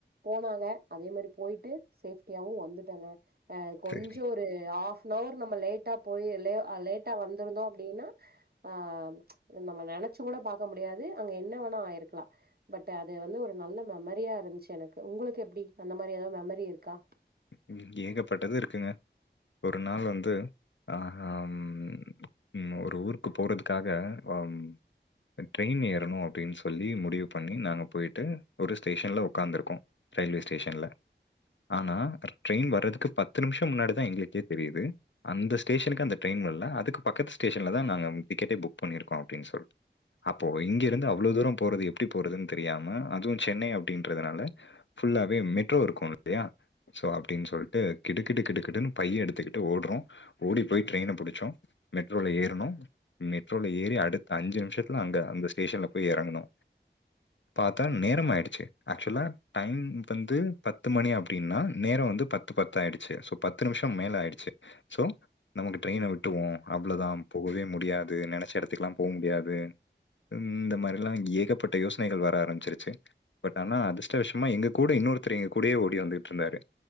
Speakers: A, on the right; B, on the left.
A: போனாங்க அதே மாரி போயிட்டு சேஃப்டியாவு வந்துட் டங்க அ கொஞ்சொ
B: சரி.
A: ஒரு ஆஃப்னவர் நம்ம லேட் டா போயி லெ அ லேட்டா வந்துருந்தோ அப்டின்னா ஆ நம்ம நெனச்சு கூட பாக்க முடியாது அங்க என்ன வெணா ஆயிருக்லா பட் அது வந்து ஒரு நல்ல மெமரியா இருன்ச்சு எனக்கு உங்குளுக்கு எப்டி அந்த மாரி எதா மெமரி இருக்கா
B: ம் ஏகப்பட்டது இருக்குங்க ஒரு நாள் வந்து ஆ ஹம் ஒரு ஊருக்கு போறதுக்காக அம் ட்ரெயின் ஏறணு அப்டின் சொல்லி முடிவு பண்ணி நாங்க போய்ட்டு ஒரு ஸ்டேஷன்ல உக்காந்துருக்கோ ரயில்வே ஸ்டேஷன்ல ஆனா ட்ரெயின் வர்றதுக்கு பத்து நிமிஷம் முன்னாடிதா எங்களுக்கே தெரியிது அந்த ஸ்டேஷனுக்கு அந்த ட்ரெயின் வல்ல அதுக்கு பக்கத்து ஸ்டேஷன்ல தா நாங்க டிக்கெட்டே புக் பண்ணிருக்கோ அப்டின் சொல்லி அப்போ இங்கெருந்து அவ்ளோ தூரம் போறது எப்டி போறதுன் தெரியாம அதுவு சென்னை அப்டின்றதுனால ஃபுல்லாவே மெட்ரோ இருக்கு <inaudible> சோ அப் டின் சொல்ட்டு கிடு கிடு கிடு கிடுன்னு பைய எடுத்துக்கிட்டு ஓட்றோ ஓடி போய் ட்ரெயின புடுச்சோ மெட்ரோல ஏறுனொ மெட்ரோல ஏறி அடுத்த அஞ்சு நிமிஷத்துல அங்க அந்த ஸ்டேஷன்ல போய் எறங்குனோ பாத்தா நேரம் ஆயிடுச்சு ஆக்சுவலா டைம் வந்து பத்து மணி அப்டின்னா நேர வந்து பத்து பத்து ஆயிடுச்சு சோ பத்து நிமிஷம் மேல ஆயிடுச்சு சோ நமக்கு ட்ரெய்ன விட்டுவோ அவ்ளதாம்போகவே முடியாது நெனச்ச எடத்துக்லாம் போ முடியாது இந்த மாரில்லா ஏகப்பட்ட யோசனைகள் வர ஆரம்பிச்சிருச்சு பட் ஆனா அதிர்ஷ்ட வசமா எங்க கூட இன்னொருத்தர் எங்க கூடயே ஓடி வந்துட்ருந்தாரு